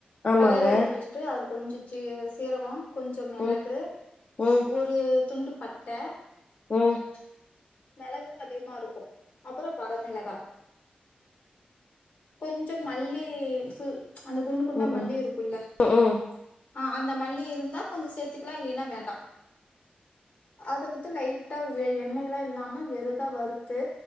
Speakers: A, on the left; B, on the left.
A: ஆமாங்க
B: கடாய எடுத்து வச்சு அதுல கொஞ்சோ சீ சீரகோ கொஞ்சோ மெளகு
A: ம் ம்
B: ஒரு துண்டு பட் ட
A: ம்
B: மெளகுதா அதிகமா இருக்கு அப்றோ வரமெளகா கொஞ்சோ மல்லி சு அந்த குண்டு குண்டா
A: ம் ம்
B: மல்லி இருக்கும்ல்ல
A: ம் ம்
B: ஆ அந்த மல்லி இருந்தா கொஞ்சோ சேர்த்துக்கலா இல்லைன்னா வேண்டா அத மட்டு லைட்டா வே எண்ணெய் எல்லா இல்லாம வெறுதா வறுத்து